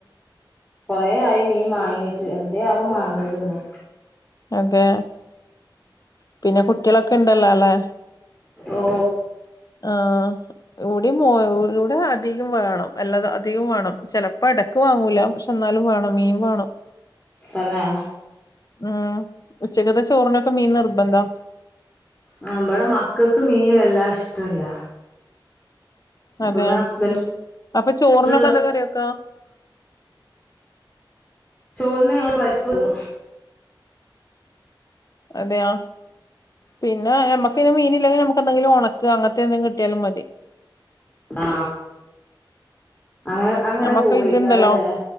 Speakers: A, on the left; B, on the left.
A: കൊറ ആയി മീൻ മാങ്ങിട്ട അത് അവൻ വാങ്ങിരുന്നു
B: അതെ പിന്നെ കു കുട്ട്യാളൊക്കെണ്ടല്ല അല്ലെ
A: ഓ
B: ആഹ ഇവിടെ മോ ഇവിടെ അധികം വേണം അല്ലാതെ അധികം വേണം ചിലപ്പോ എടക്ക് വാങ്ങൂല പക്ഷെ എന്നാലും വേണം മീ വേണം
A: തന്നെ
B: ആഹ ഉച്ചക്ക്ത്തെ ചോറിനൊക്കെ മീൻ നിർബന്ധാ
A: നമ്മടെ മക്കൾക്ക് മീൻ വല്ലാ ഇഷ്ടല്ല അപ്പൊന്ന്
B: അതെ
A: ഹസ്ബൻഡ്
B: അപ്പൊ ചോറിനൊക്കെ
A: ഉള്ള
B: എന്ത കറിവക്കാ
A: ചോറിന് ഞങ്ങള് പരിപ്പ് വെക്കും
B: അതെയാ പിന്നേ യ നമ്മക്ക് പിന്നെ മീന് ഇല്ലെങ്കിൽ നമുക്ക് എന്തെങ്കിലും ഒണക്ക്‌ അങ്ങൻത്തെ എന്തെലും കിട്ടിയാലും മതി
A: ആ അങ്ങനെ അങ്ങനെ
B: നമ്മക്ക്
A: പോവുഐക്കാരംല്ലേ
B: ഇതുണ്ടല്ലോ